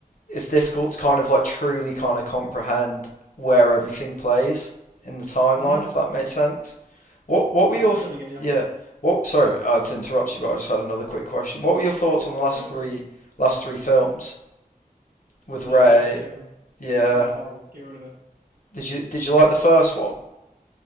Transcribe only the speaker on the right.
Mm-hmm.
No,
I totally
get you.
Go for
it.
Not
good. Terrible.
Nah, horrible. Get rid of it.